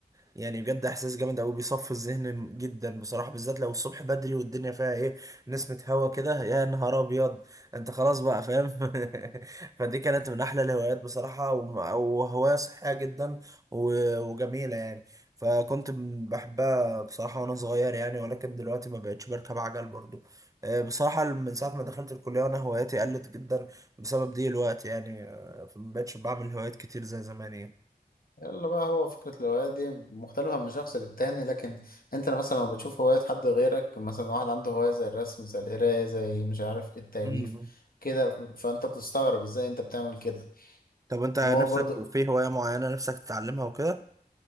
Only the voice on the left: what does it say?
يلا بقى هو فكرة الهواية دي مختلفة من شخص للتاني لكن انت مثلا لما بتشوف هواية حد غيرك مثلا واحد عنده هواية زي الرسم زي القراية زي مش عارف ايه التأليف
كده فانت بتستغرب ازاي انت بتعمل كده
وهو برضه